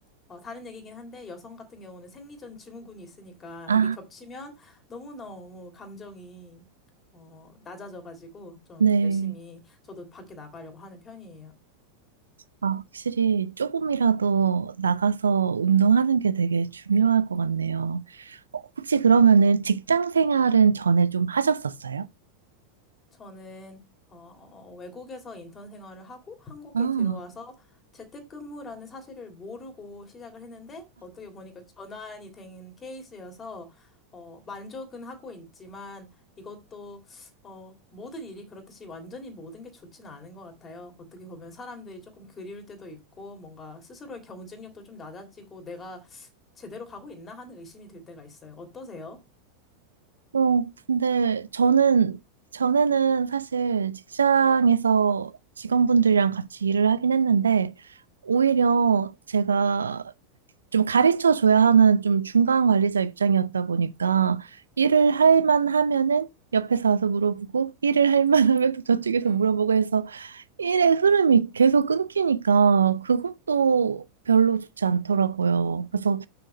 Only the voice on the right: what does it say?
아,
네.
아, 확실히 조금이라도 나가서 운동하는 게 되게 중요할 것 같네요. 어, 혹시 그러면은 직장 생활은 전에 좀 하셨었어요?
아,
어, 근데 저는 전에는 사실 직장에서 직원분들이랑 같이 일을 하긴 했는데 오히려 제가 좀 가르쳐 줘야 하는 좀 중간 관리자 입장이었다 보니까 일을 할 만하면은 옆에서 와서 물어보고 일을 할 만하면 또 저쪽에서
물어보고 해서 일의 흐름이 계속 끊기니까 그것도 별로 좋지 않더라고요. 그래서